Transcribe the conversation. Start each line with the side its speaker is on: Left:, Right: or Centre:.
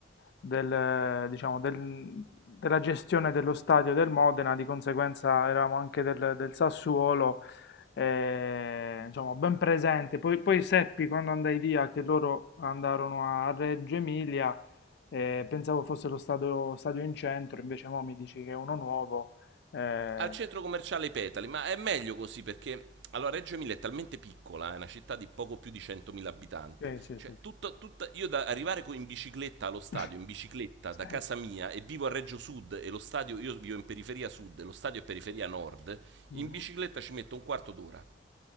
Left: del, diciamo, del- della gestione dello stadio del Modena, di conseguenza eravamo anche del, del Sassuolo eh, insomma, ben presente. Poi, poi seppi quando andai via che loro andarono a Reggio Emilia, eh, pensavo fosse lo stadio, stadio in centro, invece mo mi dici che è uno nuovo. eh,
Right: Al centro commerciale I Petali, ma è meglio così perché allora Reggio Emilia è talmente piccola, è una città di poco più di 100.000 abitanti.
Left: sì, sì,
Right: Cioè,
Left: sì, sì.
Right: tutto, tutta- io da arrivare co- in bicicletta allo stadio,
Left: <laughs>
Right: in bicicletta
Left: Sì,
Right: da casa mia e vivo a Reggio Sud e lo stadio, io vivo in periferia sud e lo stadio è periferia nord,
Left: mhm.
Right: in bicicletta ci metto un quarto d'ora.